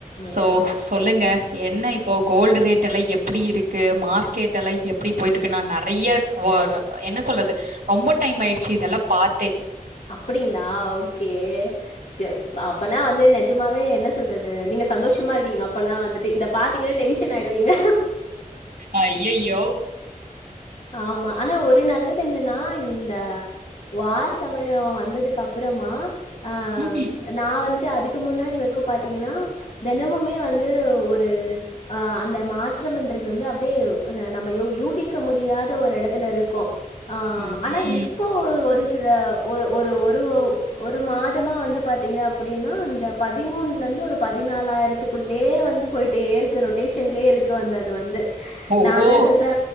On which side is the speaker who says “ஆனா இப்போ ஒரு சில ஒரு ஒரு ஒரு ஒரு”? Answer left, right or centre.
Left